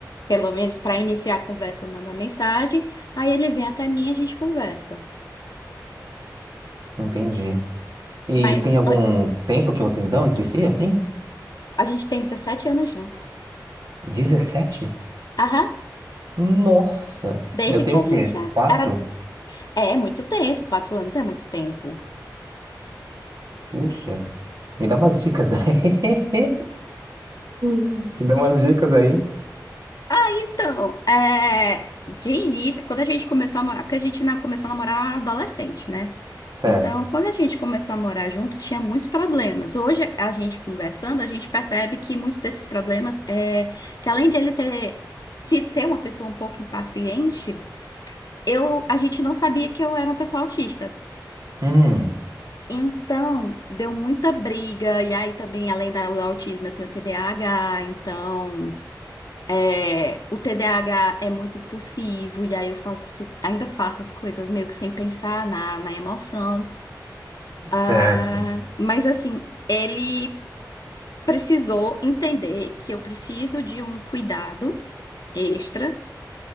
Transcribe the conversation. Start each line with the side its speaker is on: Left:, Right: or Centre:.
Left: pelo menos pra iniciar a conversa eu mando a mensagem, aí ele vem até mim e a gente conversa.
Right: Entendi. E
Left: Mas
Right: tem algum
Left: olha,
Right: tempo que vocês dão entre si, assim?
Left: a gente tem 17 anos juntos.
Right: 17?
Left: Aham,
Right: Nossa!
Left: desde
Right: Eu tenho
Left: que a
Right: o quê?
Left: gente
Right: Quatro?
Left: era. É, é muito tempo, quatro anos é muito tempo.
Right: Puxa. Me dá umas dicas aí. <laughs> Me dá umas dicas aí.
Left: Ah, então, é, de início, quando a gente começou a morar, porque a gente na- começou a namorar adolescente, né?
Right: Certo.
Left: Então, quando a gente começou a morar junto, tinha muitos problemas. Hoje, a gente conversando, a gente percebe que muitos desses problemas é que além de ele ter sido ser uma pessoa um pouco impaciente, eu, a gente não sabia que eu era uma pessoa autista.
Right: Hum,
Left: Então, deu muita briga, e aí também, além da- do autismo, eu tenho TDAH, então. É, o TDAH é muito impulsivo, e aí eu faço, ainda faço as coisas meio que sem pensar na, na emoção.
Right: certo.
Left: Ah, mas assim, ele precisou entender que eu preciso de um cuidado extra